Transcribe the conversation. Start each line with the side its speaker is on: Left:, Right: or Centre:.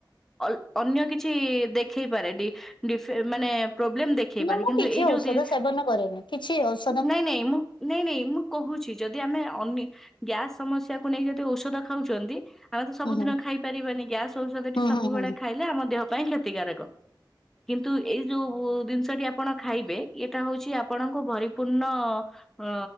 Centre: ଅଲ୍ ଅନ୍ୟ କିଛି ଦେଖେଇପାରେ ଡି ଡିଫେ ମାନେ ପ୍ରୋବ୍ଲେମ ଦେ ଖେଇପାରେ
Left: ନା ମୁଁ
Centre: କିନ୍ତୁ
Left: କିଛି
Centre: ଏଇ ଯୋଉ
Left: ଔଷଧ
Centre: ଦି
Left: ସେବନ କରେନି। କିଛି ଔଷ୍
Centre: ନାଇଁ ନାଇଁ ମୁଁ ନାଇଁ ନାଇଁ ମୁଁ କହୁଛି ଯଦି ଆମେ ଅନି ଗ୍ୟାସ ସମସ୍ୟା କୁ ନେଇ ଯଦି ଔଷଧ ଖାଉଛନ୍ତି ଆମେ ତ ସବୁ
Left: ହୁଁ ହୁଁ
Centre: ଦିନ ଖାଇ ପାରିବାନି ଗ୍ୟାସ ଔଷଧ
Left: ହୁଁ
Centre: ଟି ସବୁବେଳେ
Left: ହୁଁ ହୁଁ
Centre: ଖାଇ ନା ଆମ ଦେହ ପାଇଁ କ୍ଷତିକାରକ। କିନ୍ତୁ ଏଇ ଯୋଉ ଉ, ଜିନିଷଟି ଆପଣ ଖାଇବେ ଏଟା ହଉଛି ଆପଣଙ୍କୁ ଭରି ପୂର୍ଣ୍ଣ ଅ,